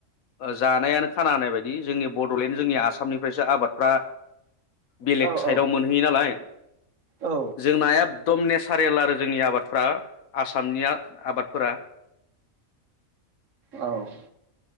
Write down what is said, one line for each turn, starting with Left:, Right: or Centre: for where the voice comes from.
Left: जानायानो खाना होनानाय बायदि जोंनि बड'लेण्ड जोंनि आसामनिफ्रायसो आबादफ्रा बेलेग
Right: औ
Left: साइडआव
Right: औ
Left: मोनहैयो नालाय
Right: औ
Left: जों नाया दमनेस कारेल आरो जोंनि आबादफ्रा आसामनि आबादफोरा
Right: औ